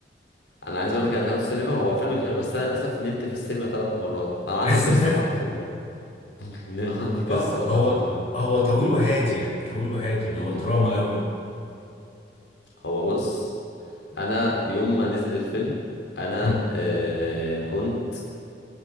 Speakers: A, on the left; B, on the left.
A: انا عايز اقول لك انا دخلته السينما هو فيلم حلو بس انا للاسف نمت في السينما ثلاث مرات انا عندي
B: <laughs>
A: قصه مع الفيلم ده <laughs> عندي قصه
B: اه
A: والله
B: هو
A: مع الفيلم ده
B: هو طويل وهادي يعني طويل وهادي
A: امم
B: هو دراما قوي
A: هو بص انا يوم ما نزل الفيلم انا
B: مم.
A: آه كنت